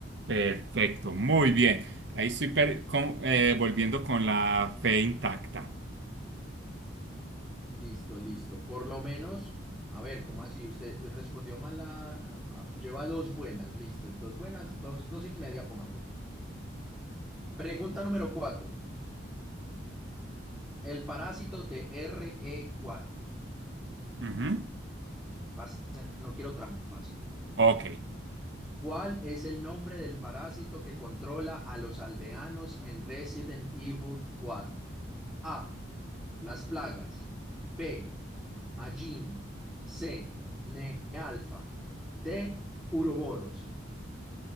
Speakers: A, on the right (about 60°); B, in the centre.
A: Perfecto, muy bien. Ahí estoy per- con- eh, volviendo con la fe intacta.
B: Listo, listo. Por lo menos, a ver, ¿cómo así? Usted respondió mal a- a- Lleva dos buenas, listo. Dos buenas, dos, dos y media, pongámosle. Pregunta número cuatro. El parásito de RE4.
A: Ujú.
B: Parce, no quiero trampas.
A: Ok.
B: ¿Cuál es el nombre del parásito que controla a los aldeanos en Resident Evil 4? A. Las plagas. B. Magini. C. Nealfa. D. Uroboros.